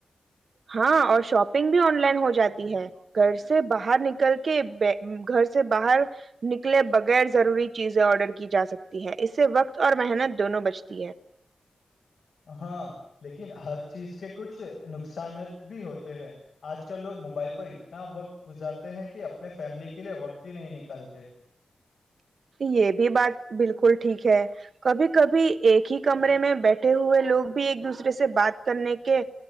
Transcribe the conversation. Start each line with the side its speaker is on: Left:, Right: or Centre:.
Right: ہاں اور شاپنگ بھی آن لائن ہو جاتی ہے گھر سے باہر نکل کے گھر سے باہر نکلے بغیر ضروری چیزیں آرڈر کی جا سکتی ہے اس سے وقت اور محنت دونوں بچ <inaudible>
Left: ہاں لیکن ہر چیز کے کچھ نقصانات بھی ہوتے ہیں آج آج کل لوگ موبائل پر اتنا وقت گزارتے ہیں کہ اپنے فیملی کے لیے وقت ہی نہیں نکالتے
Right: یہ بھی بات بالکل ٹھیک ہے کبھی کبھی ایک ہی کمرے میں بیٹھے ہوئے لوگ بھی ایک دوسرے سے بات کرنے کے